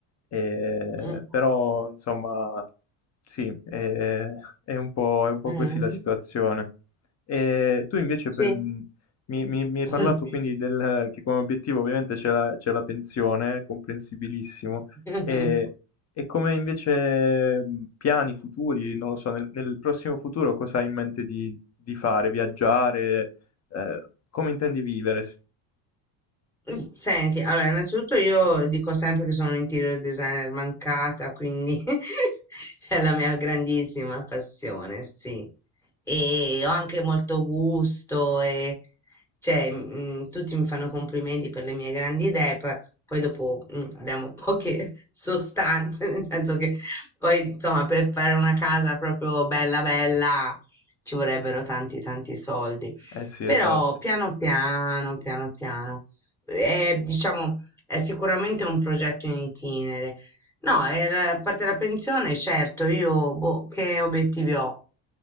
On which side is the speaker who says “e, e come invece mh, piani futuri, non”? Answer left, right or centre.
Left